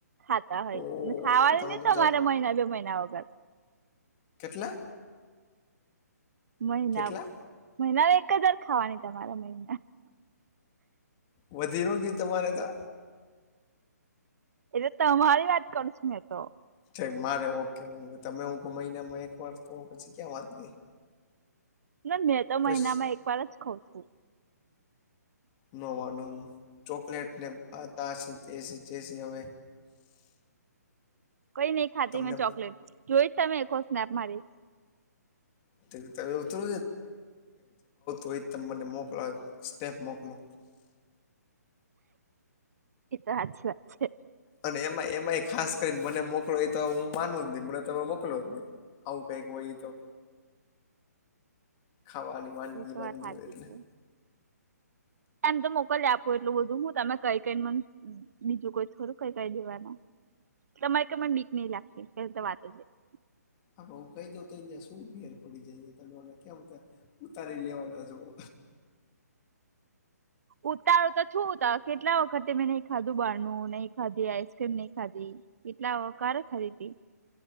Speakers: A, on the right (about 60°); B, on the left (about 25°).
A: ખાવાની
B: ઓ તમે
A: નહિ
B: તો
A: તમારે
B: જાઓ
A: મહિના બે મહિના વગર
B: કેટલા?
A: મહિના,
B: કેટલા
A: મહિના માં એક જ વાર ખાવાની તમારે મહિના
B: વધી નો ગ્યું તમારે તો
A: એતો તમારી વાત કરું છું મેં તો
B: કઈ મારે ઓકે હું તમે હું મહિનામાં એક વાર તો પછી ક્યાં વાંત ગઈ
A: ના મેં તો
B: બસ
A: મહિનામાં એક વાર જ ખઉં છું
B: <unintelligible> ચોકલેટ ને આ <unintelligible> તા છે જે છે હવે
A: કઈ નઈ ખાધી
B: તમને
A: મેં ચોકલેટ જોઈ જ તમે એકો સ્નેપ મારી?
B: <unintelligible> કે જે ભાવતું હોય ઈજ તમે મને મોકલ સ્ટેપ મોકલો
A: ઈ તો હાચી વાત છે
B: અને એમાં એમાંય ખાસ કરીને મને મોકલો એ તો હું માનું જ નઈ મને તમે મોકલો જ નઈ આવું કઈક હોય ઇતો ખાવાની વાનગી
A: એ તો
B: બાનગી
A: વાત સાચી
B: હોય એટલે
A: છે એમ તો મોકલયા આપુ એટલું બધું હું તમે કઈ કઈન મને બીજું કોઈ થોડું કઈ દઈ દેવાના તમારી કઈ મને બીક નહી લાગતી પેલી તો <unintelligible>
B: હા, હું કહી દઉ તો અયાં શું ફેર પડી જાય.. <unintelligible> ઉતારી લેવાના જુઓ.
A: ઉતારુ તો છું ત કેટલા વખતે મેં નહી ખાધું બહાર નું નહી ખાધી આઈસક્રીમ નહી ખાધી. એટલા <unintelligible> હતી.